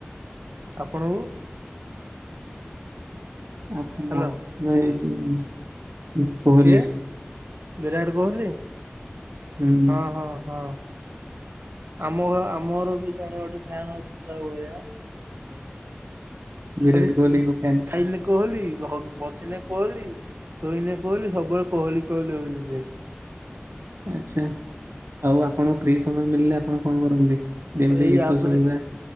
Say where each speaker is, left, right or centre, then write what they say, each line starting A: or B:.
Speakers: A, on the right (about 60°); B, on the right (about 80°).
A: ଆପଣଙ୍କୁ?
B: ଆଉ
A: ହ୍ୟାଲୋ
B: ମୋତେ ତ ଏଇ ଯେ କୋହଲି।
A: କିଏ ବିରାଟ କୋହଲି ହଁ,
B: ହୁଁ ହୁଁ
A: ହଁ, ହଁ। ଆମରହ ଆମ ଘର ବି ଜଣେ ଗୋଟେ ଫ୍ୟାନ ଅଛି ତା ଭଳିଆ।
B: ବିରାଟ
A: ଖେଳି
B: କୋହଲିଙ୍କ ଫ୍ୟାନ୍।
A: ଖାଇଲେ କୋହଲି ହଂ-ବସିନେ କୋହଲି, ଶୋଇନେ କୋହଲି, ସବୁବେଳେ କୋହଲି କୋହଲି ହଉଚି ସିଏ।
B: ଆଚ୍ଛା, ଆଉ ଆପଣ ଫ୍ରି ସମୟ ମିଳିଲେ ଆପଣ କଣ କରନ୍ତି? ଯେମିତି
A: ଏଇ
B: ଗୀତ
A: ଆପରେ
B: ଶୁଣିବା,